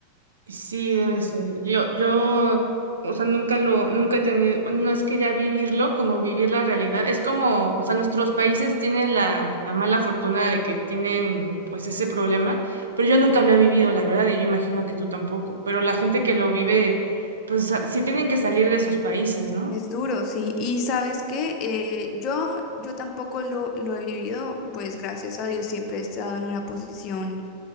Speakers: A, on the right; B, on the left.
A: Sí, debe ser. Yo, yo, o sea, nunca lo, nunca he tenido, bueno, no es que ya vivirlo, como vivir la realidad. Es como, o sea, nuestros países tienen la, la mala fortuna de que tienen, pues, ese problema, pero yo nunca lo he vivido, la verdad, y yo imagino que tú tampoco. Pero la gente que lo vive,
B: Ah,
A: pues, sa- sí tienen que salir de sus países, ¿no?
B: Es duro, sí. Y sabes qué, Eh, yo, yo tampoco lo, lo he vivido, pues gracias a Dios siempre he estado en una posición